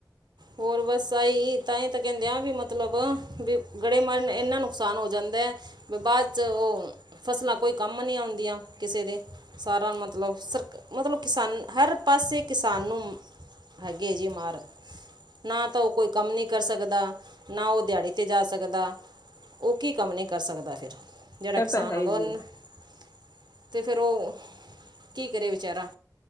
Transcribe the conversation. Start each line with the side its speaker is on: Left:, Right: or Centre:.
Right: ਹੋਰ ਬਸ ਆਹੀ ਤਾਂ ਹੀ ਤਾਂ ਕਹਿੰਦੇ ਆ ਵੀ ਮਤਲਬ ਵੀ ਗੜੇ ਮਾਰਨ ਇੰਨਾ ਨੁਕਸਾਨ ਹੋ ਜਾਂਦਾ ਵੀ ਬਾਅਦ 'ਚ ਉਹ ਫਸਲਾਂ ਕੋਈ ਕੰਮ ਨਹੀਂ ਆਉਂਦੀਆਂ ਕਿਸੇ ਦੇ। ਸਾਰਾ ਮਤਲਬ ਸਰ ਮਤਲਬ ਕਿਸਾਨ ਹਰ ਪਾਸੇ ਕਿਸਾਨ ਨੂੰ ਹੈਗੀ ਜੀ ਮਾਰ। ਨਾ ਤਾਂ ਉਹ ਕੋਈ ਕੰਮ ਨਹੀਂ ਕਰ ਸਕਦਾ ਨਾ ਉਹ ਦਿਹਾੜੀ ਤੇ ਜਾ ਸਕਦਾ। ਉਹ ਕੀ ਕੰਮ ਨਹੀਂ ਕਰ ਸਕਦਾ ਫਿਰ ਜਿਹੜਾ ਕਿਸਾਨ
Left: ਤਾਂ ਹੈ
Right: ਆਦਾ
Left: ਹੀ
Right: ਉਹਨ
Left: ਜੀ
Right: ਅਤੇ ਫੇਰ ਉਹ ਕੀ ਕਰੇ ਵਿਚਾਰਾ।